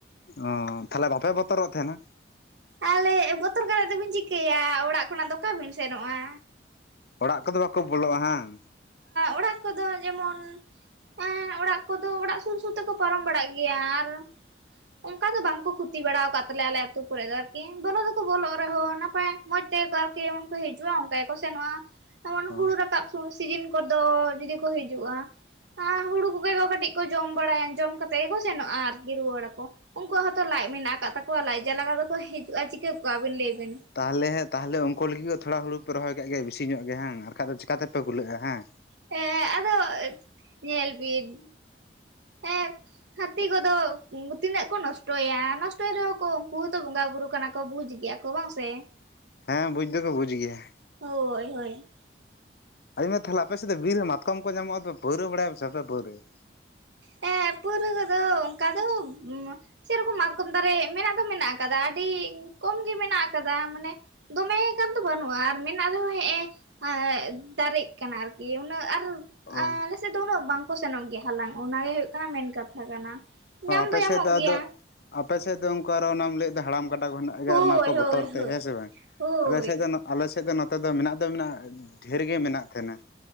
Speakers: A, on the left; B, on the right.
A: ᱚ ᱛᱟᱦᱞᱮ ᱵᱟᱯᱮ ᱵᱚᱛᱚᱨᱚᱜ ᱛᱟᱦᱮᱱᱟ?
B: ᱟᱞᱮ ᱵᱚᱛᱚᱨ ᱠᱟᱛᱜ ᱫᱚᱵᱤᱱ ᱪᱤᱠᱟᱹᱭᱟ ᱚᱲᱟᱜ ᱠᱷᱚᱱᱟᱜ ᱫᱚ ᱚᱠᱟ ᱵᱤᱱ ᱥᱮᱱᱚᱜᱼᱟ?
A: ᱚᱲᱟᱜ ᱠᱚᱫᱚ ᱵᱟᱠᱚ ᱵᱚᱞᱚᱜᱼᱟ ᱦᱟᱝ।
B: ᱚᱲᱟᱜ ᱠᱚᱫᱚ ᱡᱮᱢᱚᱱ ᱦᱮᱸ ᱚᱲᱟᱜ ᱠᱚᱫᱚ ᱚᱲᱟᱜ ᱥᱩᱨ ᱥᱩᱨ ᱛᱮᱠᱚ ᱯᱟᱨᱚᱢ ᱵᱟᱲᱟᱜ ᱜᱮᱭᱟ ᱟᱨ ᱚᱱᱠᱟ ᱫᱚ ᱵᱟᱝᱠᱚ ᱠᱷᱩᱛᱤ ᱵᱟᱲᱟ ᱟᱠᱟᱫ ᱛᱟᱞᱮᱭᱟ ᱟᱞᱮ ᱟᱹᱛᱩ ᱠᱚᱨᱮ ᱫᱚ ᱟᱨᱠᱤ ᱵᱚᱞᱚ ᱫᱚᱠᱚ ᱵᱚᱞᱚᱜ ᱨᱮᱦᱚᱸ ᱱᱟᱯᱟᱭ ᱢᱚᱸᱡᱽ ᱛᱮ ᱟᱨᱠᱤ ᱡᱮᱢᱚᱱ ᱠᱚ ᱦᱤᱡᱩᱜᱼᱟ ᱚᱱᱠᱟ ᱜᱮᱠᱚ ᱥᱮᱱᱚᱜᱼᱟ᱾ ᱡᱮᱚᱱ
A: ᱚ
B: ᱦᱩᱲᱩ ᱨᱟᱠᱟᱵ ᱥᱤᱡᱤᱱ ᱠᱚᱫᱚ ᱡᱩᱫᱤ ᱠᱚ ᱦᱤᱡᱩᱜᱼᱟ ᱟ ᱦᱩᱲᱩ ᱠᱚᱜᱮ ᱠᱚ ᱠᱟᱹᱴᱤᱡ ᱠᱚ ᱡᱚᱢ ᱵᱟᱲᱟᱭᱟ ᱡᱚᱢ ᱠᱟᱛᱮ ᱜᱮᱠᱚ ᱥᱮᱱᱚᱜᱼᱟ ᱟᱨᱠᱤ ᱨᱩᱣᱟᱹᱲᱟᱠᱚ। ᱩᱱᱠᱩᱣᱟᱜ ᱦᱚᱸᱛᱚ ᱞᱟᱡ ᱢᱮᱱᱟᱜ ᱟᱠᱟᱫ ᱛᱟᱠᱚᱣᱟ ᱞᱟᱡ ᱡᱟᱞᱟ ᱫᱚᱠᱚ ᱦᱤᱡᱩᱜᱼᱟ ᱪᱤᱠᱟᱹ ᱠᱚᱜᱣᱟ ᱟᱹᱵᱤᱱ ᱞᱟᱹᱭ ᱵᱤᱱ?
A: ᱛᱟᱦᱚᱞᱮ ᱛᱟᱦᱚᱞᱮ ᱩᱱᱠᱩ ᱞᱟᱹᱜᱤᱫ ᱦᱚᱸ ᱛᱷᱚᱲᱟ ᱦᱩᱲᱩ ᱯᱮ ᱨᱚᱦᱚᱭ ᱠᱟᱜ ᱜᱮᱭᱟ ᱾ ᱵᱤᱥᱤ ᱧᱚᱜ ᱜᱮ ᱦᱟᱜ ᱟᱨᱠᱷᱟᱡ ᱫᱚ ᱪᱤᱠᱟᱛᱮᱯᱮ ᱠᱩᱞᱟᱹᱜᱼᱟ ᱦᱮᱸ।
B: ᱦᱮᱸ ᱟᱫᱚ ᱧᱮᱞ ᱵᱤᱱ ᱮᱸ ᱦᱟᱹᱛᱤ ᱠᱚᱫᱚ ᱛᱤᱱᱟᱹᱜ ᱠᱚ ᱱᱚᱥᱴᱚᱭᱟ? ᱱᱚᱥᱴᱚᱭ ᱨᱮᱦᱚᱸ ᱠᱚ ᱩᱱᱠᱩ ᱦᱚᱸᱛᱚ ᱵᱚᱸᱜᱟ ᱵᱩᱨᱩ ᱠᱟᱱᱟ ᱠᱚ ᱵᱩᱡᱽ ᱜᱮᱭᱟ ᱠᱚ। ᱠᱚ ᱵᱟᱝ ᱥᱮ?
A: ᱦᱮᱸ ᱵᱩᱡᱽ ᱫᱚᱠᱚ ᱵᱩᱡᱽ ᱜᱮᱭᱟ।
B: ᱦᱳᱭ ᱦᱳᱭ।
A: ᱟᱫᱚᱧ ᱢᱮᱱ ᱫᱟ ᱛᱟᱦᱚᱞᱮ ᱟᱯᱮ ᱥᱮᱫ ᱫᱚ ᱵᱤᱨ ᱨᱮ ᱢᱟᱛᱠᱚᱢ ᱠᱚ ᱧᱟᱢᱚᱜᱼᱟ ᱾ ᱯᱟᱣᱨᱟᱹ ᱵᱟᱲᱟᱭ ᱯᱮ ᱥᱮ ᱵᱟᱯᱮ ᱯᱟᱹᱣᱨᱟᱭᱟ?
B: ᱦᱮᱸ ᱯᱟᱹᱣᱨᱟᱹ ᱠᱚᱫᱚ ᱚᱱᱠᱟ ᱫᱚ ᱥᱮᱨᱚᱠᱚᱢ ᱢᱟᱛᱠᱚᱢ ᱫᱟᱨᱮᱹ ᱢᱮᱱᱟᱜ ᱫᱚ ᱢᱮᱱᱟᱜ ᱟᱠᱟᱫᱟ, ᱟᱹᱰᱤᱻ ᱠᱚᱢ ᱜᱮ ᱢᱮᱱᱟᱜ ᱟᱠᱟᱫᱟ ᱾ ᱢᱟᱱᱮ ᱫᱚᱢᱮ ᱜᱟᱱ ᱫᱚ ᱵᱟᱹᱱᱩᱜᱼᱟ, ᱟᱨ ᱢᱮᱱᱟᱜ ᱨᱮᱦᱚᱸ ᱦᱮᱸ ᱮ ᱮᱸ ᱫᱟᱨᱮᱜ ᱠᱟᱱᱟ ᱟᱨᱠᱤ ᱩᱱᱟᱹᱜ ᱟᱨ
A: ᱚ
B: ᱟᱞᱮ ᱥᱮᱫ ᱫᱚ ᱩᱱᱟᱹᱜ ᱵᱟᱝᱠᱚ ᱥᱮᱱᱚᱜ ᱜᱮᱭᱟ ᱾ᱦᱟᱞᱟᱝ ᱚᱱᱟᱜᱮ ᱦᱩᱭᱩᱜ ᱠᱟᱱᱟ ᱢᱮᱱ ᱠᱟᱛᱷᱟ ᱠᱟᱱᱟ। ᱧᱟᱢ
A: ᱚ ᱟᱯᱮ
B: ᱧᱟᱢᱚᱜ
A: ᱥᱮᱫ ᱫᱚ
B: ᱜᱮᱭᱟ
A: ᱟᱫᱚ, ᱟᱯᱮᱥᱮᱫ ᱫᱚ ᱚᱱᱠᱟ ᱟᱨᱚᱢ ᱞᱟᱹᱭᱮᱫ ᱫᱚ ᱦᱟᱲᱟᱢ ᱠᱟᱰᱟ ᱠᱚ ᱨᱮᱱᱟᱜ
B: ᱦᱳᱭ
A: ᱟᱨ ᱚᱱᱟ ᱠᱚ
B: ᱦᱳᱭ
A: ᱵᱚᱛᱚᱨ ᱛᱮ
B: ᱦᱳᱭ
A: ᱦᱮᱸ ᱥᱮ ᱵᱟᱝ
B: ᱦᱳᱭ
A: ᱟᱞᱮ ᱥᱮᱫ ᱫᱚ ᱟᱞᱮ ᱥᱮᱫ ᱫᱚ ᱱᱚᱛᱮ ᱫᱚ ᱢᱮᱱᱟᱜ ᱫᱚ ᱢᱮᱱᱟᱜ ᱰᱷᱮᱨ ᱜᱮ ᱢᱮᱱᱟᱜ ᱛᱟᱦᱮᱱᱟ।